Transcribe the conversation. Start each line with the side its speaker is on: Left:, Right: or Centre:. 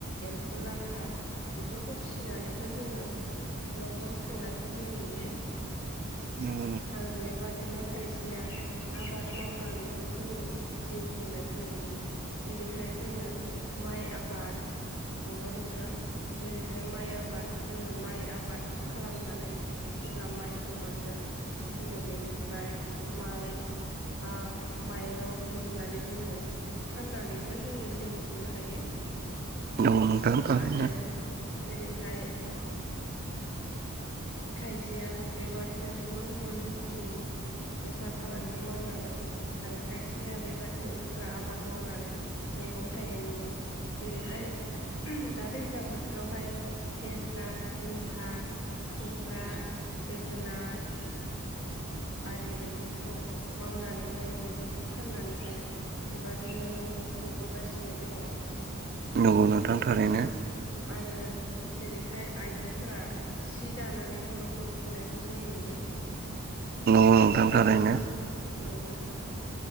Left: एम्फौ लाथा बेफोरखौ फिसिनानैबो जोङो न'खर खुंनायखौ जों नुयो।
Right: उम
Left: आरो बेबादिनो खायसेया आबाद मावनानैबो जोङो जिउ खुंनायखौ नुयो जेरैहाय जोङो माइ आबाद नंगौ नोंथां जेरैहाय माइ आबाद जोङो माइ आबाद खालामनानै जेब्ला माइखौ मोनगोन जोङो बेनिफ्राय माइ बा माइरं दिहुननानै जोङो फाननानैबो जोङो जिउ खुंनो हायो।
Right: नंगौ नोथां थारैनो
Left: आरो जेरैहाय खायसेया बेबादिनो गुबुन गुबुन रोखोमनि बेफार फालांगि मावनानै आरो खायसेया बेबायाददिनो उफ्रा आबाद मावनानै मैगं थाइगंनि जेरैहाय दा दैज्लां बोथोरावहाय लेस्रा जिंखा खुमब्रा जोगोनार आरि बेफोरखौ मावनानैहाय बेफोरखौ फाननानैहाय बेबादिनो न'खर खुंबोगासिनो दङ।
Right: नंगौ नोंथां थारैनो
Left: आरो जेरैहाय आइजोफोरा सि दानानैबो न'खर न'खर खुंनायखौ जों नुयो।
Right: आ नोथां थारैनो
Left: नंगौ नोंथां